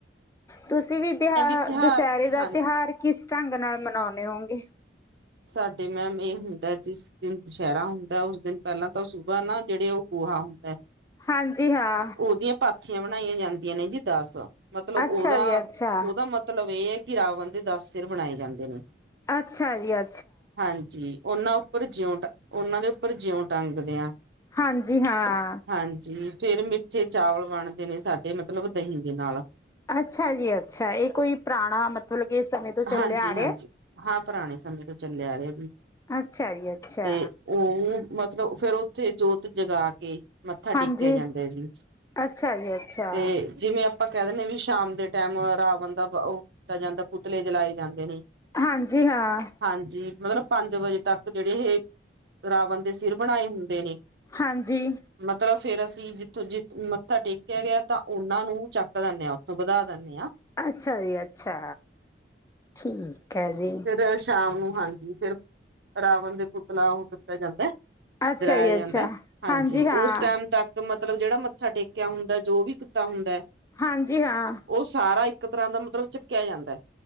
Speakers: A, on the left; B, on the right.
A: ਤੁਸੀਂ ਵੀ ਦਿਹਾ
B: ਤਿਉਹਾਰ
A: ਦੁਸਹਿਰੇ ਦਾ
B: ਹਾਂ
A: ਤਿਉਹਾਰ ਕਿਸ ਢੰਗ ਨਾਲ ਮਨਾਉਣੇ ਹੋਗੇ?
B: ਸਾਡੇ ਮੈਮ ਇਹ ਹੁੰਦਾ, ਜਿਸ ਦਿਨ ਦੁਸਹਿਰਾ ਹੁੰਦਾ ਉਸ ਦਿਨ ਪਹਿਲਾਂ ਤਾਂ ਸੁਬਾਹ ਨਾ ਜਿਹੜੇ ਉਹ ਗੋਹਾ ਹੁੰਦਾ
A: ਹਾਂਜੀ, ਹਾਂ।
B: ਉਹਦੀਆਂ ਪਾਥੀਆਂ ਬਣਾਈਆਂ ਜਾਂਦੀਆਂ ਨੇ, ਜੀ ਦਸ ਮਤਲਬ
A: ਅੱਛਾ
B: ਉਹਦਾ,
A: ਜੀ ਅੱਛਾ
B: ਉਹਦਾ ਮਤਲਬ ਇਹ ਹੈ ਕੇ ਰਾਵਨ ਦੇ ਦਸ ਸਿਰ ਬਣਾਏ ਜਾਂਦੇ ਨੇ।
A: ਅੱਛਾ ਜੀ ਅ
B: ਹਾਂਜੀ, ਉਹਨਾਂ ਉੱਪਰ ਜਿਉਂ, ਉਹਨਾਂ ਦੇ ਉੱਪਰ ਜਿਉਂ ਟੰਗਦੇ ਆ।
A: ਹਾਂਜੀ ਹਾਂ।
B: ਹਾਂਜੀ, ਫੇਰ ਮਿੱਠੇ ਚਾਵਲ ਬਣਦੇ ਨੇ ਸਾਡੇ ਮਤਲਬ ਦਹੀਂ ਦੇ ਨਾਲ।
A: ਅੱਛਾ ਜੀ ਅੱਛਾ, ਇਹ ਕੋਈ ਪੁਰਾਣਾ ਮਤਲਬ ਕਿ ਸਮੇਂ ਤੋਂ ਚੱਲਿਆ
B: ਹਾਂਜੀ
A: ਆ
B: ਹਾਂਜੀ
A: ਰਿਹੈ।
B: ਹਾਂ ਪੁਰਾਣੇ ਸਮੇਂ ਤੋਂ ਚੱਲਿਆ ਰਿਹਾ ਜੀ।
A: ਅੱਛਾ ਜੀ ਅੱਛਾ
B: ਤੇ ਉਹ ਮਤਲਬ ਫਿਰ ਉੱਥੇ ਜੋਤ ਜਗਾ ਕੇ ਮੱਥਾ
A: ਹਾਂਜੀ
B: ਟੇਕਿਆ ਜਾਂਦੇ ਜੀ।
A: ਅੱਛਾ ਜੀ ਅੱਛਾ
B: ਤੇ ਜਿਵੇਂ ਆਪਾਂ ਕਹਿ ਦਿੰਦੇ ਵੀ ਸ਼ਾਮ ਦੇ ਟਾਈਮ ਰਾਵਣ ਦਾ ਉਹ ਕੀਤਾ ਜਾਂਦਾ ਪੁਤਲੇ ਜਲਾਏ ਜਾਂਦੇ ਨੇ।
A: ਹਾਂਜੀ ਹਾਂ।
B: ਹਾਂਜੀ, ਮਤਲਬ ਪੰਜ ਵਜੇ ਤੱਕ ਜਿਹੜੇ ਇਹ ਰਾਵਣ ਦੇ ਸਿਰ ਬਣਾਏ। ਦੇ ਨੇ।
A: ਹਾਂਜੀ
B: ਮਤਲਬ ਫੇਰ ਅਸੀਂ ਜਿੱਥੋਂ ਜਿ ਮੱਥਾ ਟੇਕਿਆ ਗਿਆ ਤਾਂ ਉਹਨਾਂ ਨੂੰ ਚੱਕ ਦਿੰਨੇ ਆਂ ਉੱਥੋਂ ਵਧਾ ਦਿੰਨੇ ਆਂ।
A: ਅੱਛਾ ਜੀ ਅੱਛਾ, ਠੀਕ ਹੈ ਜੀ।
B: ਫੇਰ ਸ਼ਾਮ ਨੂੰ ਹਾਂਜੀ, ਫਿਰ ਰਾਵਣ ਦੇ ਪੁਤਲਾ ਉਹ ਰਖਆ ਜਾਂਦਾ।
A: ਅੱਛਾ
B: ਜਲਾਯਾ
A: ਜੀ
B: ਜਾਂਦਾ।
A: ਅੱਛਾ
B: ਹਾਂਜੀ,
A: ਹਾਂ
B: ਉਸ ਟਾਈਮ ਤੱਕ ਮਤਲਬ ਜਿਹੜਾ ਮੱਥਾ ਟੇਕਿਆ ਹੁੰਦਾ ਜੋ ਵੀੱ ਕੀਤਾ ਹੁੰਦਾ।
A: ਹਾਂਜੀ ਹਾਂ।
B: ਉਹ ਸਾਰਾ ਇੱਕ ਤਰ੍ਹਾਂ ਦਾ ਮਤਲਬ ਚਕਿਆ ਜਾਂਦਾ।